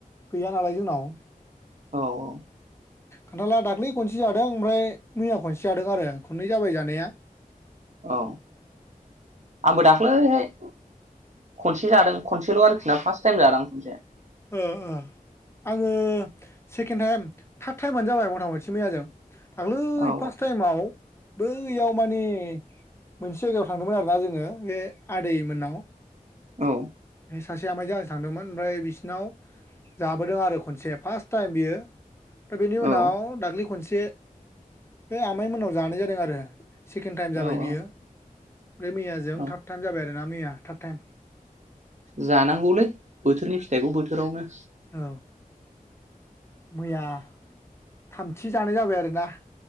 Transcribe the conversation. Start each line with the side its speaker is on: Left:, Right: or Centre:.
Left: गैया नालाय जोंनाव।
Right: औ औ।
Left: खान्थाला दाख्लै खनसे जादों आमफ्राय मैया खनसे जादों आरो खननै जाबाय जानाया।
Right: औ आंबो दाख्लैहाय खनसे जादों खनसेल' आरोखिना फार्स्ट टाइम जादोंआं खनसे।
Left: ओ ओ ओङो सेकेण्ड टाइम थार्द टाइम मोनानो जाबाय मथा मथि मैयाजों दाख्लैय
Right: औ
Left: फार्स्ट टाइमाव बैयाव माने मोनसे जायगायाव थांदोंमोन आरोना जोङो बे आदै मोननाव।
Right: औ।
Left: सासे आमायजों आंजों थांदोंमोन आमफ्राय बिसि बनाव जाबोदों आरो खनसे फार्स्ट टाइम बियो। दा बेनि उनाव
Right: औ
Left: दाख्लि खनसे। जे बे आमाइ मोननाव जानाय जादों आरो। सेकेण्ड टाइम जाबाय
Right: औ
Left: बियो।
Right: औ
Left: ओमफ्राय मैयाजों
Right: औ
Left: थार्ड टाइम जाबाय आरो। मैया थार्ड टाइम।
Right: जानांगौलै बोथोरनि फिथाइखौ बोथोरावनो।
Left: औ। मैया। थामथि जानाय जाबाय आरोना।